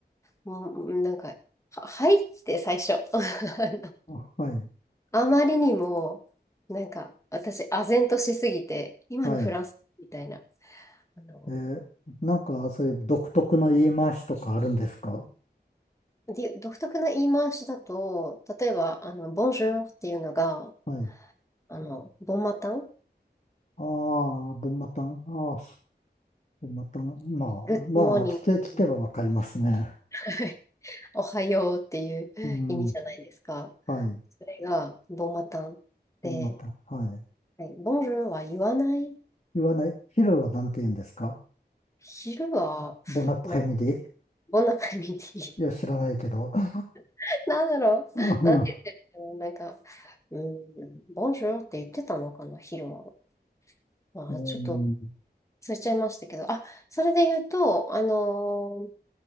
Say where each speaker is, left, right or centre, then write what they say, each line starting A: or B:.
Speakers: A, on the left; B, on the left.
A: もう、なんか、は、はいって最初。<laughs> あの
B: あはい、
A: あまりにも、なんか、私、唖然としすぎて、今のフランスみたいな、
B: はい。
A: あの、
B: ええ、なんかそういう独特の言い回しとかあるんですか
A: で独特な言い回しだと、例えば、あの、ボンジュールっていうのが、
B: はい。
A: あの、ボンマタン、
B: ああ、ボンマタン、ああ、ボンマタン、まあ、
A: グッドモーニング
B: まあ、聞け、聞けばわかりますね。
A: <laughs> はいおはようっていう意味じゃないですか。
B: うん、はい。
A: それが、ボマタンで、
B: ボンナタはい。
A: はい、ボンジュールは言わない。
B: 言わない。昼は何て言うんですか
A: 昼は、
B: ボナプレミデ
A: なんて、ボナカミティ。
B: ィいや、知らないけど。<laughs>
A: <laughs> なんだろう。
B: うん、
A: なんて言ってるのなんか、うん、ボンジュールって言ってたのかな、昼は。まあ、
B: うん
A: ちょっと忘れちゃいましたけど。あ、それで言うと、あのー